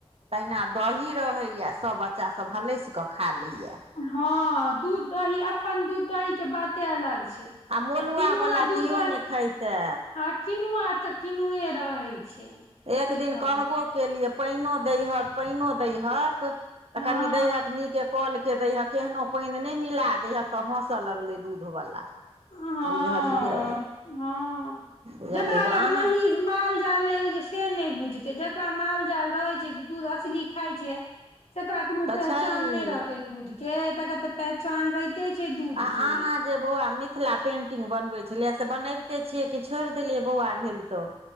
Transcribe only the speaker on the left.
हँ दूध दही अपन दूध दही के बाते अलग छै
किनुआ
दूध
दही
आ किनुआ तऽ किनुए रहै छै की
कहू
हँ
हँ
हँ
जकरा लग
महीष माल जाल नहि होइ छै से नय बुझतै जकरा माल जाल रहैत छै दूध असली खाइ छै तकरा कोनो
पहचान
नहि रहतै दूध के तकरा तऽ पहचान रहिते छै दूध
के